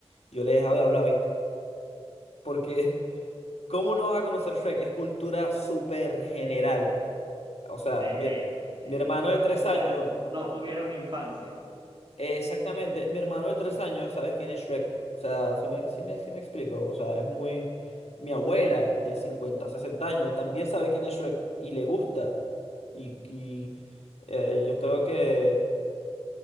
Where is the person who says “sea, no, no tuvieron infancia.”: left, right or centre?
Right